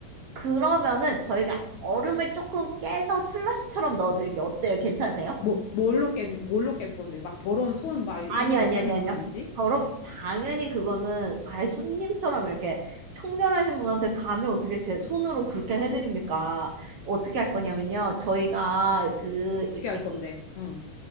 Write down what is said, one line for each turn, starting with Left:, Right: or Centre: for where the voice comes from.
Right: 그러면은 저희가 얼음을 조금 깨서 슬러시처럼 넣어드릴게요. 어때요? 괜찮으세요?
Left: 뭐, 뭘로 깨, 뭘로 깰 건데? 막 더러운 손 막 이런
Right: 아니 아니
Left: 걸 깨는
Right: 아니 아니요.
Left: 거 아니지?
Right: 더럽 당연히 그거는 아예 손님처럼 이렇게 청결하신 분한테 감히 어떻게 제 손으로 그렇게 해드립니까? 어떻게 할 거냐면요. 저희가
Left: 어,
Right: 그
Left: 어떻게
Right: 이렇게
Left: 할 건데? 응.